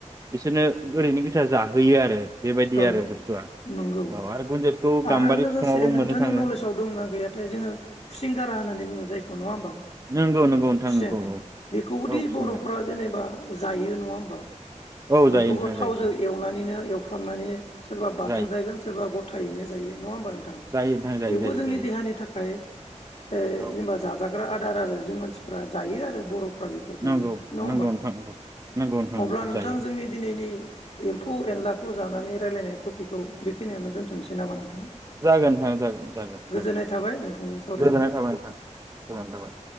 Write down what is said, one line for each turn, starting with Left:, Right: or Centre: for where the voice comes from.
Right: बिसोरनो ओरैनो गोजा जाहोयो आरो। बेबायदि
Left: औ
Right: आरो बुस्थुआ
Left: नंगौ
Right: औ आरो गुन्जेतखौ गाम्बारि
Left: आरो लोगोसे
Right: बिफाङावबो
Left: नोंथांनि
Right: मोननो थाङो
Left: नलेजाव दंना गैयाथाय जोंङो खुसेंग्रा होननानै बुङो जायखौ नङा होमबा
Right: नंगौ नंगौ नोंथां
Left: खुसें
Right: नंगौ
Left: बेखौ बेखौबोदि
Right: औ औ खुसेंग्रा
Left: बर'फ्रा जेनेबा जायो नङा होमबा
Right: औ जायो
Left: बेखौबो
Right: नोंथां जायो
Left: थावजों एवनानैनो एव फ्रामनानै सोरबा बाथोन
Right: जायो
Left: जागोन सोरबा ग थायैनो जायो नङा होमबा नोंथां
Right: जायो नोंथां जायो
Left: बेबो
Right: जायो
Left: जोंनि
Right: जायो
Left: देहानि थाखाय जेनेबा
Right: औ
Left: जाजाग्रा आ दार आरो जों मानसिफ्रा जायो आरो बर' फोरा बेफोरखौबो
Right: नंगौ
Left: नङा होनबा
Right: नंगौ नोंथां नंगौ नंगौ नोंथां
Left: अब्ला
Right: नंगौ
Left: नोंथां
Right: जायो
Left: जोंनि दिनैनि एमफौ एनला जानानै रायलायनाय टपिकखौ बेखिनियावनो दोनथनोसै नामा नोंथां
Right: जागोन नोंथां जागोन जागोन
Left: गोजोननाय
Right: जागोन
Left: थाबाय नोंथांजों सावरायना
Right: गोजोननाय थाबाय नोंथां गोजोननाय थाबाय